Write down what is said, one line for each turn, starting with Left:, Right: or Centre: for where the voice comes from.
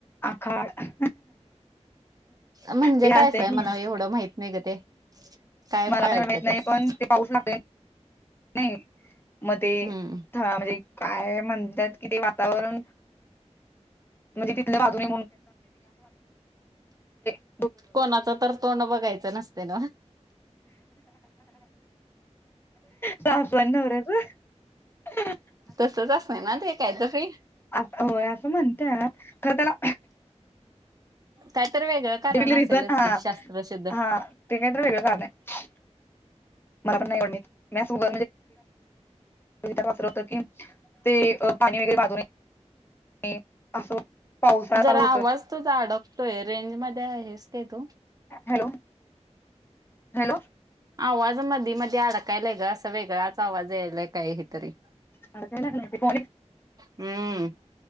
Left: आखाड.
Right: म्हणजे
Left: हे
Right: काय
Left: असतंय
Right: असं आहे
Left: की
Right: मला एवढं माहित नाही ग ते काय
Left: मला
Right: पळत्यात
Left: पण एवढं माहित नाही
Right: असं.
Left: पण ते पाऊस लाग नाही मग ते
Right: हम्म
Left: हा म्हणजे काय म्हणत्यात कि ते वातावरण म्हणजे तिथल्या बाजूने. <inaudible>
Right: कोणाच तर तोंड बघायचं नसतय नव.
Left: सासू आणि नवऱ्याच.
Right: तसच असत ना ते काय तर ते.
Left: आ होय असं म्हणत्यात खर त्याला
Right: काय तर वेगळं कारण
Left: <inaudible> हा
Right: असेलच की शास्त्रशुद्ध
Left: हा. ते कायतकार वेगळं कारण हाय नाही मला पण नाहीड म सुग. कविता पातर होत की ते अ पाणी वगैरे बाधू नये असं. पावसाळा
Right: जरा
Left: चालू होतोय
Right: आवाज तुझा अडकतोय रेंज मध्ये आहेस काय तू?
Left: हॅलो. हॅलो
Right: आवाज मधी मधी अडकायलाय ग असं वेगळाच आवाज यायलाय काय तरी
Left: अडकायला लागलाय ते फोन एक
Right: हम्म.